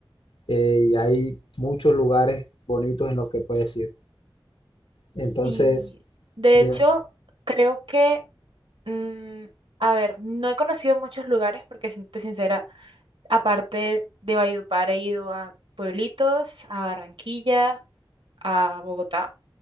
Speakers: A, on the left (about 80°); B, on the right (about 70°).
A: eh, y hay muchos lugares bonitos en los que puedes ir. Entonces,
B: Y de
A: dime,
B: hecho creo que, mm, a ver, no he conocido muchos lugares porque siento sincera, aparte de Valledupar he ido a pueblitos, a Barranquilla, a Bogotá.